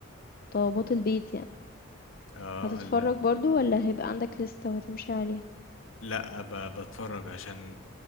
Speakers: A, on the left; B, on the left.
A: طلبات البيت يعني
B: اه
A: هتتفرج برضو ولا هيبقى عندك لستة وهتمشي عليها
B: لا ب- بتفرج عشان